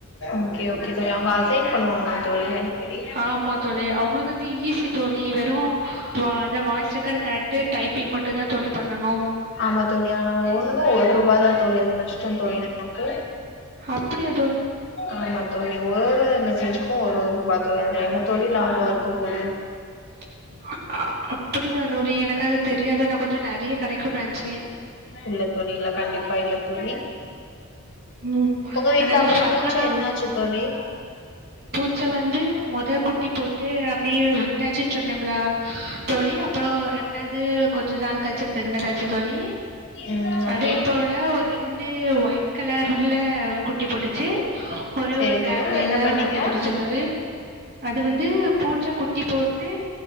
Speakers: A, on the left (about 55°); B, on the right (about 45°).
A: ஓகே ஓகே தோழி அவுங்க அசைன் பண்ணுவாங்க தோழி அடிக்கட்
B: ஆமாம் தோழி அவங்களுக்கு வந்து ஈஸி தோழி வெறும் வா அதை வாய்ஸ் ரெக்கார்டு கேட்டு டைப்பிங் மட்டும்தான் தோழி பண்ணணும்
A: ஆமா தோழி ஆனா ஒண்ணுங்க்கா ஒரு ரூபாய தா தோழி அது நஷ்டம் தோழி நமக்கு
B: அப்பிடியா
A: ஆமா தோழி ஒரு ஒரு மி சஜூக்கு ஒரு ஒரு ரூபா தோழி அதுல என்ன தோழி லாபோ இருக்க போது
B: <unintelligible> அப்படியா தோழி எனக்கு அது தெரியாது நான் கொஞ்சம் நிறைய கிடைக்கும்னு நினச்சேன்
A: இல்ல தோழி இல்ல கண்டிப்பா இல்ல தோழி
B: ம்
A: உங்க வீட்ல
B: அதெல்லா
A: அப்புறம்
B: பர்ஹானா
A: பூச்சா என்ன ஆச்சு தோழி
B: பூச்ச வந் டு மொத குட்டி போட்டு அப்டியே விட்டாச்சுன் சொல் நெபுளா தோழி அப்புறோ ரெண்டாது கொஞ்ச நாள் கழிச்சு பிரக்னன்ட் ஆச்சு தோழி
A: ம் ஓகே
B: அதே போல ஒர் ரெண்டு சேவ் ஒயிட் கலர்ல குட்டி போட்டுச்சு ஒரே
A: சரி
B: ஒரு பிளாக்
A: தோழி
B: கலர்ல
A: அது என்ன பண்ணீங்க
B: குட்டி போட்டுச்சா தோழி அது வந்து பூச்சா குட்டி போட்டு